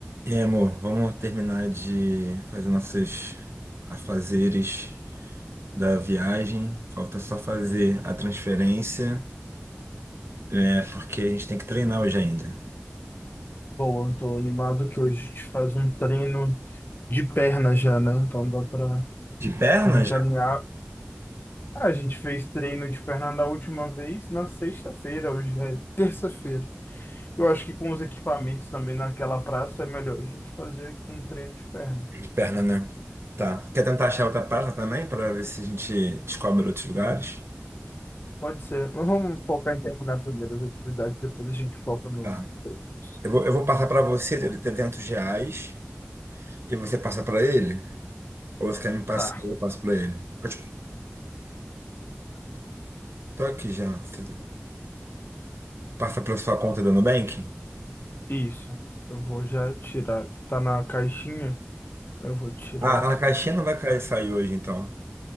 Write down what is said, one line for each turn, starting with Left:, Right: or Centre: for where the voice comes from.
Right: E aí, amor, vamos terminar de fazer nossos afazeres da viagem. Falta só fazer a transferência, é, porque a gente tem que treinar hoje ainda.
Left: Pô, eu tô animado que hoje a gente faz um treino de perna já, né? Então dá pra
Right: De perna
Left: gente
Right: já?
Left: alinhar. Ah, a gente fez treino de perna na última vez, na sexta-feira, hoje é terça-feira. Eu acho que com os equipamentos também naquela praça é melhor a gente fazer aqui um treino de perna.
Right: De perna, né? Tá. Quer tentar achar outra praça também, para ver se a gente descobre outros lugares?
Left: Pode ser. Mas Vamos focar em terminar primeiro as atividades, depois a gente foca nos
Right: Tá.
Left: treinos.
Right: Eu vou, eu vou passar para você, ele 300 reais, e você passa para ele? Ou você quer me passar
Left: Tá,
Right: e eu passo para ele? Eu te- tô aqui já. Você Passa para sua conta do Nubank?
Left: isso. Eu vou já tirar, que tá na caixinha, eu vou tirar
Right: Ah, tá
Left: esses.
Right: na caixinha, não vai cair- sair hoje, então.